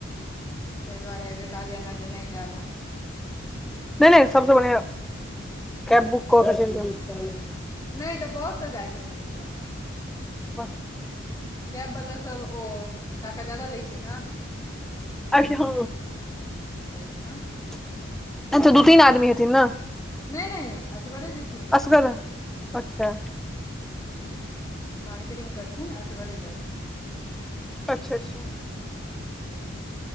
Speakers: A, on the left; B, in the centre.
A: तै दुआरे अइबेर कहलियैन ने ज़े नै जाय ले।
B: नै नै सबसँ बढ़िआ कैब बुक कऽ कऽ चैल जाउ।
A: नै तऽ बस स जाइ छथिन इ सब तऽ
B: वाह।
A: कैब वला सब ओ टाका जादा लै छै ना
B: अखनी ह
A: <inaudible> ताइ स
B: <inaudible> ऐत दू तीन आदमी हेथिन न।
A: नै नै असगरे जेथिन।
B: असगर
A: <inaudible>
B: अच्छा
A: हू <inaudible> मार्केटिंग करथिन असगरे जाक।
B: अच्छा अच्छा
A: तै स